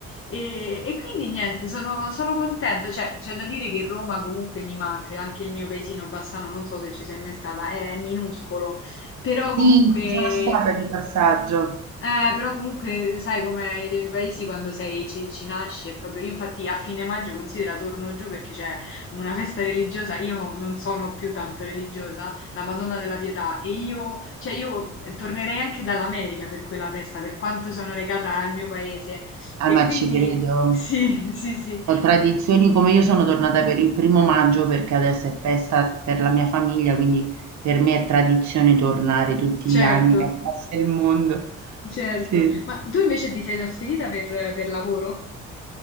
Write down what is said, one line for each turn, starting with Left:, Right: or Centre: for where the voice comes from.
Left: E, e quindi niente, sono, sono contenta. Cioè, c'è da dire che Roma comunque mi manca, anche il mio paesino Bassano, non so se ci sei mai stata, è minuscolo, però
Right: Sì,
Left: comunque
Right: ci sono stata di passaggio.
Left: eh, però comunque sai com'è i i paesi quando sei, ci, ci nasci, è proprio io infatti a fine maggio considera torno giù perché c'è una festa religiosa, io non sono più tanto religiosa, la Madonna della Pietà e io, cioè io eh, tornerei anche dall'America per quella festa, per quanto sono legata al mio paese
Right: Ah,
Left: e
Right: ma
Left: quindi
Right: ci credo.
Left: sì, <laughs> sì, sì,
Right: Ho tradizioni come io sono tornata per il primo maggio perché adesso è festa per la mia famiglia, quindi per me è tradizione tornare tutti
Left: certo,
Right: gli anni, che passa il mondo.
Left: certo.
Right: Sì.
Left: Ma tu invece ti sei trasferita per, per lavoro?